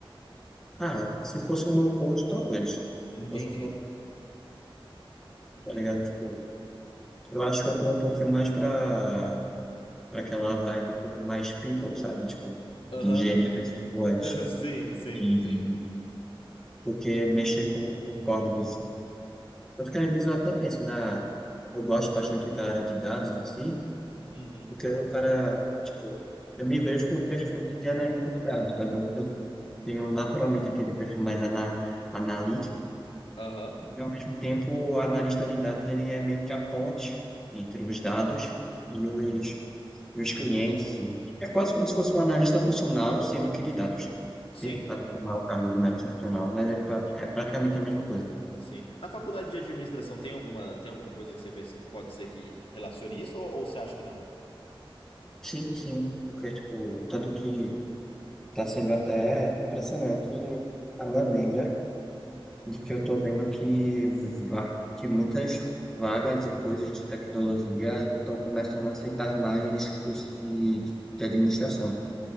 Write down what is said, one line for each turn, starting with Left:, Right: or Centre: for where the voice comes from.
Centre: Ah, se fosse um no-code, talvez. Se
Left: Entendi.
Centre: fosse um no
Left: Entendi.
Centre: tá ligado? Tipo, eu acho que eu tô um pouquinho mais para para aquela vibe um pouco mais people, sabe? Tipo, de
Left: Aham.
Centre: gerir pessoas
Left: <laughs> Sim, sim,
Centre: e
Left: sim.
Centre: do que mexer com, com códigos. Tanto que às vezes eu até penso na. Eu gosto bastante da área de dados em si.
Left: Uhum.
Centre: Porque o cara, tipo, eu me vejo com um perfil de de analista de dados, sabe? Eu, eu tenho naturalmente aquele perfil mais ana, analítico,
Left: Aham.
Centre: e ao mesmo tempo o analista de dados ele é meio que a ponte entre os dados e os, e os clientes. E é quase como se fosse um analista funcional, sendo que de dados.
Left: Sim,
Centre: Você sabe como é o cargo de analista funcional, mas é, pra-
Left: sim,
Centre: é praticamente a mesma coisa.
Left: sim. Na faculdade de administração tem alguma, tem alguma coisa que você vê assim que pode ser que relacione isso ou, ou você acha que não?
Centre: Sim, sim, porque, tipo, tanto que está sendo até impressionante a maneira de que eu tô vendo que, va- que muitas vagas de coisas de tecnologia estão começando a aceitar mais cursos de, de, de administração.